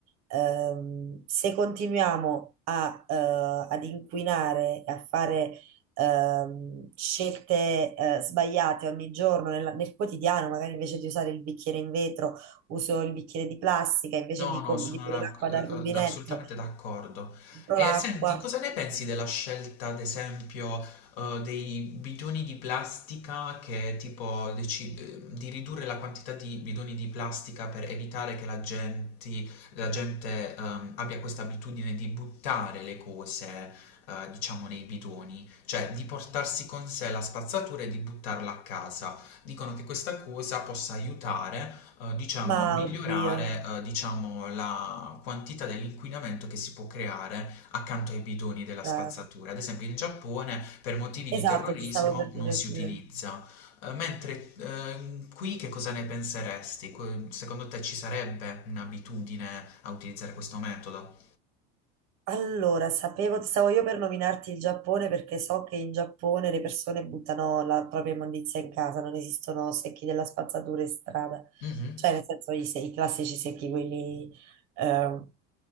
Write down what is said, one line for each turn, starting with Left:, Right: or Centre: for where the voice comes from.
Right: ehm, se continuiamo a, eh, ad inquinare e a fare ehm, scelte eh, sbagliate ogni giorno nel, nel quotidiano, magari invece di usare il bicchiere in vetro, uso il bicchiere di plastica, invece
Left: No,
Right: di,
Left: no,
Right: com-
Left: sono
Right: di bere
Left: ra-
Right: l'acqua dal rubinetto,
Left: eh, assolutamente d'accordo.
Right: compro
Left: E
Right: l'acqua,
Left: senti, cosa ne pensi della scelta, ad esempio, eh, dei bidoni di plastica che tipo deci- eh, di ridurre la quantità di bidoni di plastica per evitare che la gente, la gente, ehm, abbia questa abitudine di buttare le cose, eh, diciamo, nei bidoni, cioè di portarsi con sé la spazzatura e di buttarla a casa. Dicono che questa cosa possa aiutare eh, diciamo,
Right: ma
Left: migliorare,
Right: oddio,
Left: eh, diciamo, la quantità dell'inquinamento che si può creare accanto ai bidoni della
Right: raga.
Left: spazzatura. Ad esempio, in Giappone per motivi
Right: Esatto,
Left: di terrorismo
Right: ti stavo per dire
Left: non si
Right: quello.
Left: utilizza. Eh, mentre ehm, qui che cosa ne penseresti? Que- Secondo te ci sarebbe un'abitudine a utilizzare questo metodo?
Right: Allora, sapevo, stavo io per nominarti il Giappone perché so che in Giappone le persone buttano la propria immondizia in casa, non esistono secchi della spazzatura in strada,
Left: Mhm.
Right: cioè nel senso i, se- i classici secchi, quelli eh,